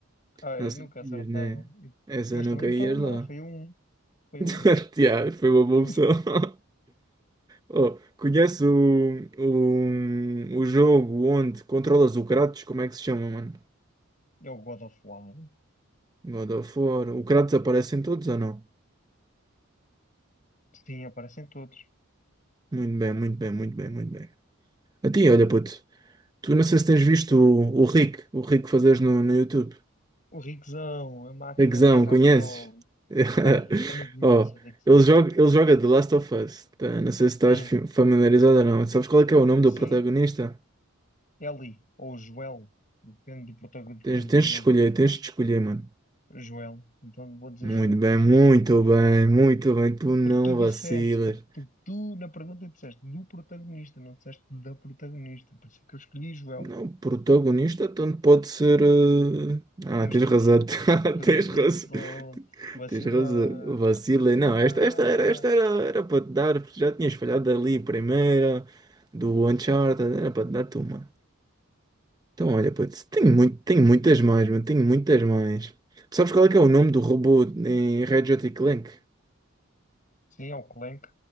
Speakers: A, on the left; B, on the right.
A: Ah, é,
B: Não
A: nunca
B: sabias,
A: acertava.
B: né?
A: E-
B: Essa
A: Mas
B: nunca
A: também não
B: ias
A: estava mal,
B: lá.
A: foi um. Foi
B: <laughs>
A: um.
B: Yeah, foi uma
A: Hum,
B: boa opção. <laughs> Oh, conhece o, o, o jogo onde controlas o Kratos? Como é que se chama, mano?
A: É o God of War. né?
B: God of War. O Kratos aparece em todos ou não?
A: Sim, aparecem todos.
B: Muito bem, muito bem, muito bem, muito bem. A ti, olha, puto, tu não sei se tens visto o, o Rick, o Rick fazes no, no YouTube.
A: O Rickzão, a máquina
B: Rickzão,
A: de guerra
B: conheces?
A: a petróleo.
B: <laughs>
A: Ah, então não conheço
B: Oh,
A: o Rickzão.
B: ele joga, ele joga The Last of Us. Tá, Não sei se estás
A: Hum,
B: fi- familiarizado ou não. Sabes qual é que é o nome do
A: sim,
B: protagonista?
A: Eli, ou Joel, depende do protagonista, depende
B: Tens, tens
A: do jogo.
B: de escolher, tens de escolher, mano.
A: Joel, então vou dizer
B: Muito
A: Joel.
B: bem, muito bem, muito bem. Tu não
A: Porque tu
B: vacilas.
A: disseste, porque tu na pergunta disseste do protagonista, não disseste da protagonista, por isso é que eu escolhi Joel.
B: Não, protagonista tanto pode ser. eh, Ah,
A: Mas
B: tens
A: tu
B: razão.
A: disse-
B: <laughs>
A: podias
B: Tens
A: dizer,
B: razão.
A: pô, vacilaste,
B: Tens razão. Vacilei.
A: vacilaste.
B: Não, esta, esta era, esta era, era para te dar, porque já tinhas falhado ali, primeira, do Uncharted, era para te dar tu uma. Então, olha, putz, tenho muito, tenho muitas mais, mano, tenho muitas mais. Tu sabes qual é que é o nome do robô em Ratchet e Clank?
A: Sim, é o Clank.